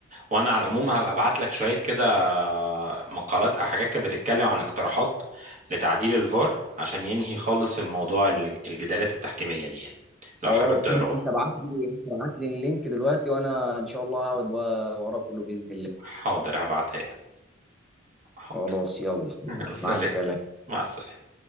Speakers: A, on the right (about 40°); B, in the centre.
A: وانا على العموم هبقى ابعت لك شويه كده مقالات او حاجات كانت بتتكلم عن اقتراحات لتعديل الفار عشان ينهي خالص الموضوع الج- الجدالات التحكيميه دي يعني لو
B: اه
A: حابب تقراها
B: انت انت ابعت لي انت ابعت لي اللينك دلوقتي وانا ان شاء الله هقعد وراه كله باذن الله
A: حاضر هبعتها لك حاضر
B: خلاص
A: <laughs>
B: يلا
A: يلا سلام
B: مع السلامه
A: مع السلامه